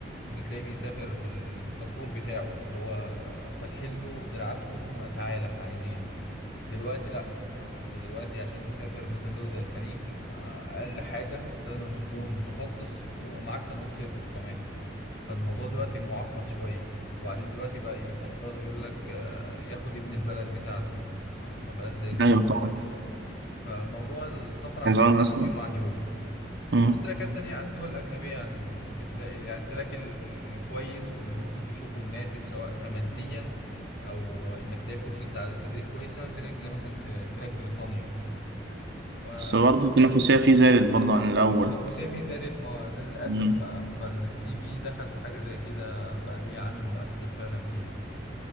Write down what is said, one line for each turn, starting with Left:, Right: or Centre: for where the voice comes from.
Left: وان تلاقيه بيسافر بالباسبور بتاعه اللي هو فاتحين له دراعاتهم تعالى احنا عايزينك دلوقتي لا ما انت دلوقتي عشان تسافر مثلا دولة زي الخليج ما اقل حاجة لازم أن تكون متخصص ومعاك سنوات خبرة كمان فالموضوع دلوقتي معقد شوية وبعدين دلوقتي بقى يفضل يقول لك آه، ياخد ابن البلد بتاعته آه، ما بقاش زي زمان
Right: ايوه طبعا
Left: دلوقتي فالموضوع السفر عمال
Right: كان زمان
Left: يتعقد
Right: اسمع
Left: يوم عن يوم وفي
Right: مم.
Left: تراكات تانية على الدول الأجنبية يعني ممكن تلاقي يعني التراك ال- الكويس واللي ممكن تشوفه مناسب سواء كماديا أو إنك تلاقي فرصة تع- تدريب كويسة تراك زي مثلا ت- تراك بريطانيا و-
Right: بس برضه التنافسية فيه زادت برضه عن الأول
Left: والتنافسية فيه زادت ما للأسف
Right: مم.
Left: بقى فالسي في دخل في حاجة زي كده بقى ليه عامل مؤثر فعلا فيها